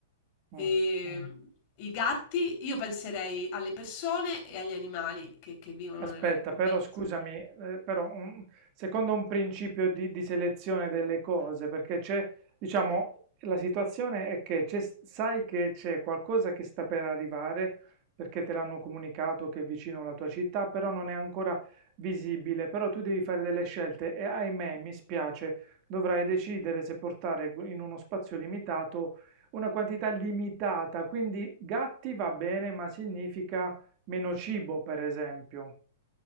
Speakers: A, on the right; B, on the left.
A: Mm.
B: E, Mm. mh, I gatti, io penserei alle persone e agli animali che, che vivono
A: Aspetta,
B: nella- con
A: però
B: me.
A: scusami, eh, però, un- secondo un principio di, di selezione delle cose, perché c'è, diciamo, la situazione è che c'è- sai che c'è qualcosa che sta per arrivare, perché te l'hanno comunicato che è vicino alla tua città, però non è ancora visibile, però tu devi fare delle scelte e ahimè, mi spiace, dovrai decidere se portare in uno spazio limitato una quantità limitata, quindi gatti va bene, ma significa meno cibo, per esempio.